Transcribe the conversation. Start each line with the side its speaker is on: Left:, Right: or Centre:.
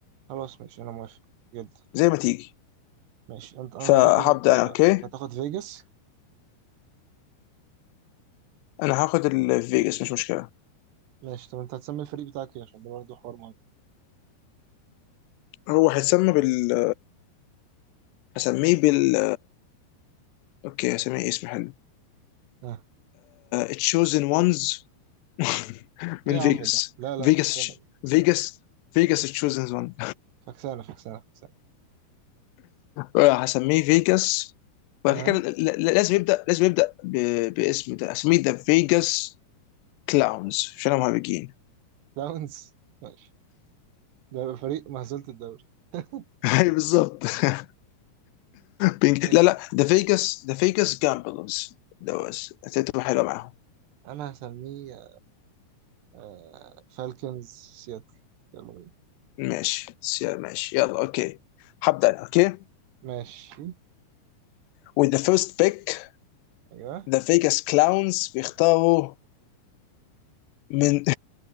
Right: خلاص ماشي انا موافق جدا
Left: زي ما تيجي
Right: ماشي انت انا
Left: فهبدا
Right: هتاخد ال
Left: انا اوكي
Right: هتاخد فيجاس
Left: انا هاخد الفيجاس مش مشكله
Right: ماشي طب انت هتسمي الفريق بتاعك ايه عشان ده برضه حوار مهم
Left: هو هيتسمى بال هسميه بال اوكي هسميه اسم حلو
Right: اه
Left: تشوزن وانز <laughs> من
Right: ايه يا
Left: فيجاس
Right: عم ده؟ لا لا
Left: فيجاس
Right: فكسانة دي
Left: فيجاس فيجاس تشوزن وان
Right: فكسانة فكسانة فكسانة
Left: هسميه فيجاس وبعد
Right: اه
Left: كده ل- ل- لازم يبدا لازم يبدا ب- باسم ده هسميه ذا فيجاس كلاونز عشان هم هابجين
Right: داونز ماشي ده يبقى فريق مهزلة الدوري <laughs>
Left: <laughs> اي بالظبط <laughs> بينج-
Right: ماشي
Left: لا لا ذا فيجاس ذا فيجاس جامبلرز ده بس هتبقى حلوه معاهم
Right: انا هسميه آه... فالكنز سياتل يلا بينا.
Left: ماشي س- ماشي يلا اوكي هبدا انا اوكي
Right: ماشي
Left: with the first pick
Right: ايوه
Left: the Vegas Clowns بيختاروا من <laughs>